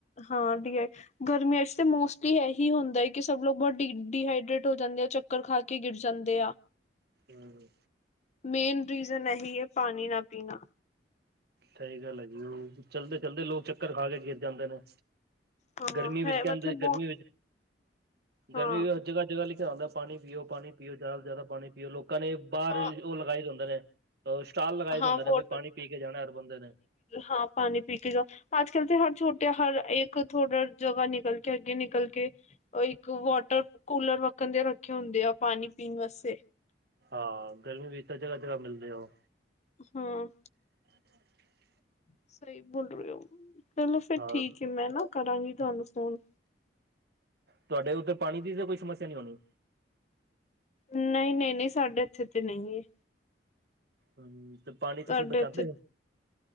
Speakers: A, on the left; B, on the right.
A: ਹਾਂ ਡਿ ਆ ਗਰਮੀਆਂ ਚ ਤੇ ਮੋਸਟਲੀ ਇਹੀ ਹੁੰਦਾ ਕਿ ਸਭ ਲੋਕ ਬਹੁਤ ਡੀ ਡੀਹਾਈਡਰੇਟ ਹੋ ਜਾਂਦੇ ਆ, ਚੱਕਰ ਖਾ ਕੇ ਗਿਰ ਜਾਂਦੇ ਆ।
B: ਹੂੰ
A: ਮੇਨ ਰੀਜ਼ਨ ਇਹੀ ਹੈ, ਪਾਣੀ ਨਾ ਪੀਣਾ।
B: ਸਹੀ ਗੱਲ ਹੈ ਜੀ, ਉਹ ਚੱਲਦੇ-ਚਲਦੇ ਲੋਕ ਚੱਕਰ ਖਾਕੇ ਗਿਰ ਜਾਂਦੇ ਨੇ।
A: ਹਾਂ
B: ਗਰਮੀ ਵਿੱਚ
A: ਹੈ
B: ਕਹਿੰਦੇ,
A: ਮਤਲਬ ਬਹੁਤ
B: ਗਰਮੀ ਵਿੱਚ,
A: ਹਾਂ
B: ਗਰਮੀ ਵੀ ਜਗ੍ਹਾ-ਜਗ੍ਹਾ ਲਿਖਿਆ ਹੁੰਦਾ ਪਾਣੀ ਪੀਓ, ਪਾਣੀ ਪੀਓ, ਜ਼ਿਆਦਾ ਤੋਂ ਜ਼ਿਆਦਾ ਪਾਣੀ ਵੀ ਉਹ ਲੋਕਾਂ ਨੇ ਬਾਹਰ
A: ਹਾਂ
B: ਉਹ ਲਗਾਏ ਦੇ ਹੁੰਦੇ ਨੇ, ਸਟਾਲ ਲਗਾਏਦੇ
A: ਹਾਂ
B: ਹੁੰਦੇ ਨੇ,
A: ਵੋਟਰ
B: ਵੀ ਪਾਣੀ ਪੀਕੇ ਜਾਣਾ ਹੁੰਦੇ ਨੇ।
A: ਹਾਂ, ਪਾਣੀ ਪੀਕੇ ਜਾਓ। ਆਜ-ਕਲ ਤੇ ਹਰ ਛੋਟਾ, ਹਰ ਇੱਕ ਥੋੜਾ ਜਗ੍ਹਾ ਨਿਕਲਕੇ, ਅੱਗੇ ਨਿਕਲਕੇ ਉਹ ਇੱਕ ਵੌਟਰ-ਕੂਲਰ ਵੱਖਣ ਦੇ ਰੱਖੇ ਹੁੰਦੇ ਆ, ਪਾਣੀ ਪੀਣ ਵਾਸਤੇ।
B: ਹਾ, ਗਰਮੀ ਵਿੱਚ ਤਾ ਜਗ੍ਹਾ-ਜਗ੍ਹਾ ਮਿਲਦੇ ਓ।
A: ਹਾਂ
B: <inaudible>
A: ਸਹੀ ਬੋਲ ਰਹੇ ਓ, ਚਲੋ ਫਿਰ
B: ਹਾਂ
A: ਠੀਕ ਹੈ, ਮੈਂ ਨਾ ਕਰਾਂਗੀ ਤੁਹਾਨੂੰ ਫੋਨ।
B: ਤੁਹਾਡੇ ਉੱਧਰ, ਪਾਣੀ ਦੀ ਤਾਂ ਕੋਈ ਸਮੱਸਿਆ ਨੀ ਹੋਣੀ।
A: ਨਹੀਂ, ਨਹੀਂ-ਨਹੀਂ ਸਾਡੇ ਇੱਥੇ ਤੇ ਨਹੀਂ ਏ।
B: ਹੂੰ, ਤੇ ਪਾਣੀ ਤੁਸੀਂ
A: ਸਾਡੇ
B: ਬਚਾਂਦੇ
A: ਇੱਥੇ
B: ਹੋ?